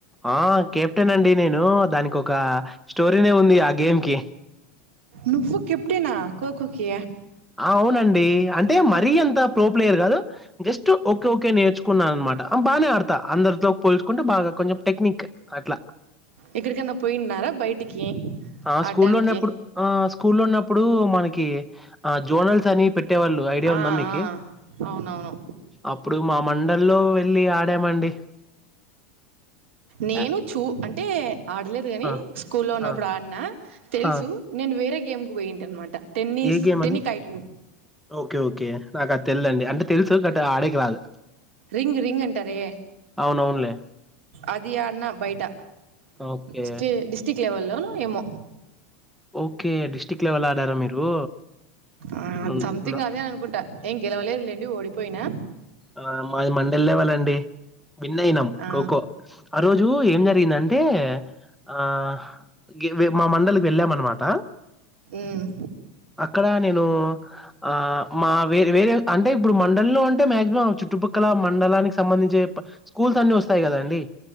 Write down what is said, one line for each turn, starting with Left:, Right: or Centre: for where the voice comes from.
Centre: ఆ కెప్టెన్ అండి నేను దానికి ఒక స్టోరీనే ఉంది ఆ గేమ్ కి
Right: నువ్వు కెప్టేనా కోకో కి
Centre: అవునండి అంటే మరీ ఎంత ప్రో ప్లేయర్ కాదు జస్ట్ ఓకే ఓకే నేర్చుకున్నానమాట బానె ఆడతా అందరితో పోల్చుకుంటే బాగా కొంచెం టెక్నిక్ అట్లా
Right: ఇక్కడికి పోయిన్నారా బయటికి
Centre: ఆ స్కూల్లో
Right: ఆడ్డానికి
Centre: ఉన్నప్పుడు ఆ స్కూల్లో ఉన్నప్పుడు మనకి ఆ జోనల్స్ అని పెట్టేవాళ్ళు ఐడియా ఉందా
Right: ఆ
Centre: మీకి
Right: ఆ అవునవును
Centre: అప్పుడు మా మండల్లో వెళ్లి ఆడామండి
Right: నేను
Centre: యాహ్!
Right: చూ అంటే ఆడలేదు కాని
Centre: ఆ!
Right: స్కూల్లో ఉన్నప్పుడు
Centre: ఆ!
Right: ఆడినా తెలుసు
Centre: ఆ!
Right: నేను వేరే గేమ్కి పోయింటి అనమాట టెన్నిస్
Centre: ఏ గేమ్
Right: టెన్నికైట్
Centre: అని ఓకే ఓకే నాకు అది తెల్దండి అంటే తెలుసు గట్ ఆడేకి రాదు
Right: రింగ్ రింగ్ అంటారె
Centre: అవునవునులే
Right: అది ఆడినా బయట
Centre: ఓకే.
Right: స్టి డిస్టిక్ లెవెల్ లో ఏమో
Centre: ఓకే డిస్టిక్ లెవెల్ ఆడారా మీరు
Right: అ
Centre: హ్మ్.
Right: సంథింగ్
Centre: న
Right: అదే అనుకుంటా ఏం గెలవలేదులేండి ఓడిపోయినా
Centre: ఆ మాది మండల్ లెవెల్ అండి విన్ అయినాం
Right: ఆ
Centre: ఖోఖో ఆ రోజు ఏం జరిగిందంటే ఆ గేవే మా మండల్ కి వెళ్ళామనమాట
Right: ఉమ్
Centre: అక్కడ నేను ఆ మా వేరే వేరే అంటే ఇప్పుడు మండళ్ళో ఉంటే మ్యా చుట్టుపక్కల మండలానికి సంబంధించే స్కూల్స్ అన్ని వస్తాయి కదా అండి